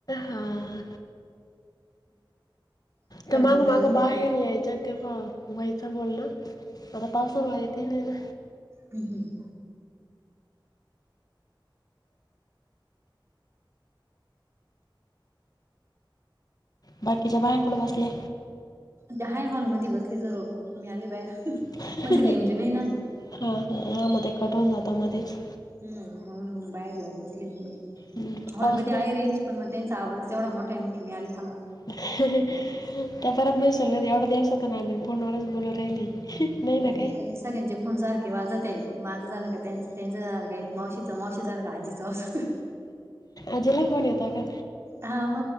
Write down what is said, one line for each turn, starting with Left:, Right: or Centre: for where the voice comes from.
Left: हा
Right: स्वयंपाक
Left: त मांग
Right: झाला
Left: माग
Right: काय
Left: बाहेर यायच्यात. तेव्हा व्हायचं बोलण? मला फारस माहिती नाही ना.
Right: हम् हम्.
Left: बाकिच्या बायाकुडं बसल्या?
Right: त्या हाय हॉलमध्ये बसले सर्व मी आले बाहेर.
Left: हं
Right: मध्ये
Left: हं
Right: रेंज नाही ना
Left: हं हा हा मध्ये कटवून जातो मधेच.
Right: हम् म्हणून मग बाहेर येऊन बसले मी.
Left: हम्म,
Right: हॉलमध्ये
Left: पाऊस नाही
Right: आहे रेंज? पण म त्यांचा आवाजच ऐवढा मोठा आहे म्हट- मी आली थांबा.
Left: त्या परत म्हणशील एवढ्या दिवसातून आली नी आणि फोनवरच बोलू राहिली. नाही ना
Right: नाई
Left: काय
Right: काही सगळ्यांचे फोन सारखे वाजत आहे. माझं झालं का त्यांच त्यांच झालं का मावशीचा मावशी झाला का आजीचा असतोय.
Left: आजीला फोन येतो का?
Right: हां म